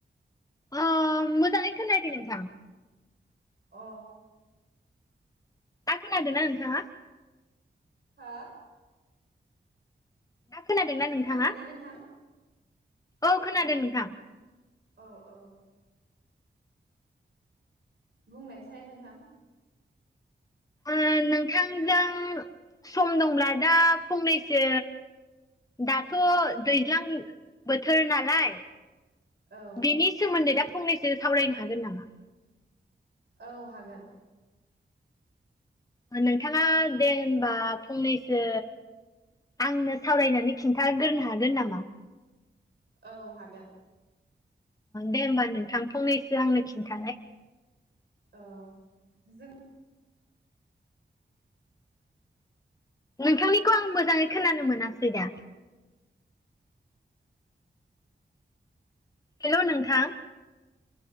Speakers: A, on the left; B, on the right.
A: अ मोजांङै खोनायाखै नोंथां।
B: अ।
A: दा खोनादोंना नोंथांङा?
B: हा?
A: दा खोनादोंना नोंथाङा
B: खोनाबायना नोंथां?
A: औ खोनादों नोंथां।
B: औ औ। बुंनायसाय नोंथां।
A: ओम नोंथांजों सम दंब्ला दा फंनैसो दाथ' दैज्लां बोथोर नालाय।
B: औ
A: बेनि सोमोन्दै दा फंनैसो सावरायनो हागोन नामा?
B: औ हागोन।
A: नोंथाङा दे होमबा फंनैसो आंनो सावरायनानै खिन्थागोरनो हागोन नामा?
B: औ हागोन।
A: दे होमबा नोंथां फंनैसो आंनो खिन्थानाय।
B: औ जों
A: नोंथांनिखौ आं मोजाङै खोनानो मोनासै दा। हेलौ नोंथां।